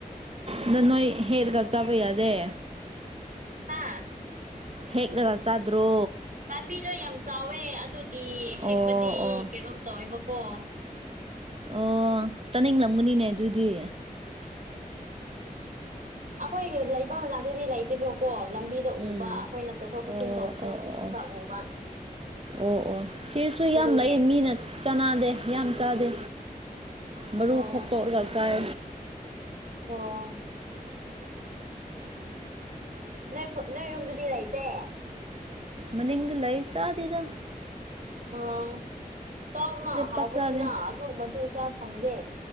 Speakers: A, on the right (about 40°); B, on the right (about 60°).
A: ꯑꯗ ꯅꯣꯏ ꯍꯦꯛꯂꯒ ꯆꯥꯕ ꯌꯥꯗꯦ
B: ꯍꯥꯥ
A: ꯍꯦꯛꯒ ꯅ ꯀꯜꯁꯗ꯭ꯔꯣ
B: ꯄꯥꯝꯕꯤꯗꯣ ꯌꯥꯝ ꯆꯥꯎꯋꯦ ꯑꯗꯨꯒꯤ ꯍꯦꯛꯄꯗꯤ
A: ꯑꯣ ꯑꯣ
B: ꯀꯩꯅꯣꯝ ꯇꯧꯋꯦꯕꯀꯣ
A: ꯑꯣ ꯆꯥꯅꯤꯡꯂꯝꯒꯅꯤꯅꯦ ꯑꯗꯨꯗꯤ
B: ꯑꯩꯈꯣꯏ ꯂꯩꯐꯝ ꯂꯥꯛꯇꯗꯤ ꯂꯩꯇꯦꯕꯀꯣ ꯂꯝꯕꯤꯗ
A: ꯎꯝ
B: ꯎꯕ ꯑꯩꯈꯣꯏꯅ ꯆꯠꯊꯣꯛ
A: ꯑꯣ
B: ꯆꯠꯁꯤꯟ ꯇꯧꯕꯗ
A: ꯑꯣ ꯑꯣ ꯑꯣ
B: ꯈꯔ ꯎꯕ
A: ꯑꯣ ꯑꯣ ꯁꯤꯁꯨ ꯌꯥꯝ
B: ꯑꯗꯨꯒꯤ
A: ꯂꯩ ꯃꯤꯅ ꯆꯅꯥꯗꯦ ꯌꯥꯝ ꯆꯥꯗꯦ ꯃꯔꯨ
B: ꯑꯣ
A: ꯈꯣꯛꯇꯣꯛꯂꯒ ꯆꯥꯏ
B: ꯑꯣ ꯅꯣꯏ ꯅꯣꯏ ꯌꯨꯝꯗꯗꯤ ꯂꯩꯇꯦ
A: ꯃꯅꯤꯡꯒ ꯂꯩ ꯆꯥꯗꯗ
B: ꯎꯝ ꯆꯥꯎꯅ ꯍꯥꯎꯕꯅꯤꯅ
A: ꯄꯥꯛ ꯆꯥꯗꯦ
B: ꯑꯗꯨ ꯃꯗꯨꯆꯥꯥ ꯐꯪꯗꯦ